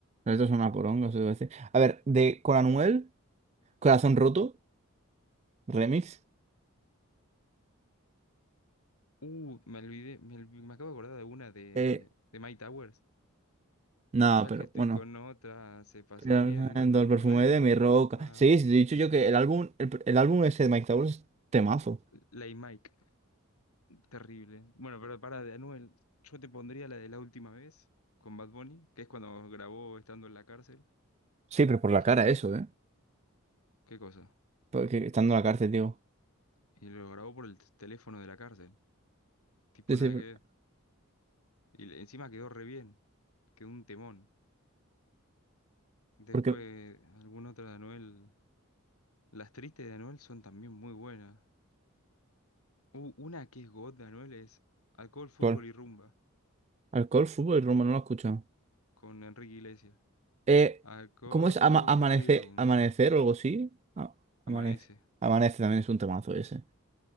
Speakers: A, on the right; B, on the left.
A: Esto es una poronga, se debe decir. A ver, de con Anuel, Corazón Roto, remix.
B: Uh, me olvidé, me, olvi- me acabo de acordar de una de,
A: Eh,
B: de Mike Towers.
A: no,
B: Piensa
A: pero
B: que estoy
A: bueno.
B: con otra, se pasa
A: Pero,
B: oliendo
A: eh,
B: el
A: del
B: perfume
A: perfume
B: de
A: de
B: mi
A: mi
B: ropa.
A: roca. Sí, sí, te he dicho yo que el álbum, el, pr- el álbum ese de Mike Towers es temazo.
B: Lay Mike. Terrible. Bueno, pero para de Anuel, yo te pondría la de la última vez con Bad Bunny, que es cuando grabó estando en la cárcel.
A: Sí, pero por la
B: ¿Qué,
A: cara
B: lo-
A: eso, ¿eh?
B: qué cosa?
A: Porque estando en la cárcel, digo.
B: Y lo grabó por el t- teléfono de la cárcel. Tipo,
A: Sí,
B: nada
A: sí, pero-
B: que ver. Y le- encima quedó re bien. Quedó un temón. Después,
A: porque
B: alguna otra de Anuel. Las tristes de Anuel son también muy buenas. Uh, una que es God de Anuel es Alcohol, Fútbol
A: ¿cuál?
B: y Rumba
A: Alcohol, fútbol y Roma, no lo he escuchado.
B: con Enrique Iglesias.
A: Eh,
B: Alcohol,
A: ¿cómo es
B: Fútbol
A: Ama- amanecer,
B: y Rumba.
A: amanecer o algo así? Ah,
B: Amanece.
A: amanece. Amanece también es un temazo ese.